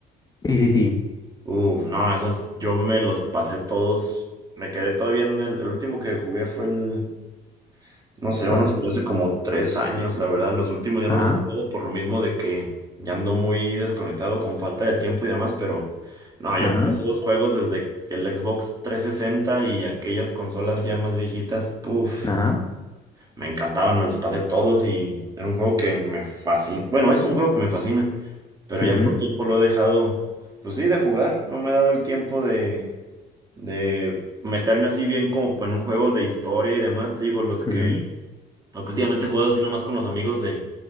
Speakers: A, on the left; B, on the right.
A: Sí, sí, sí.
B: Uf, no, esos yo me los pasé todos. Me quedé todavía en el, el último que jugué fue el, no sé,
A: ¿Cuál?
B: uno que salió hace como tres años, la verdad. Los últimos ya
A: Ajá.
B: no los he jugado por lo mismo de que ya ando muy desconectado con falta de tiempo y demás, pero no, yo
A: Ajá,
B: todos esos juegos desde que el Xbox trescientos sesenta y aquellas consolas ya más viejitas, puf,
A: ajá,
B: Me encantaban, me los pasé todos y era un juego que me fascina. Bueno, es un juego que me fascina, pero
A: ujú,
B: ya por tiempo lo he dejado, pues sí, de jugar. No me he dado el tiempo de, de meterme así bien como en un juego de historia y demás. Te digo, los que,
A: ujú,
B: los que últimamente he jugado así nomás con los amigos de,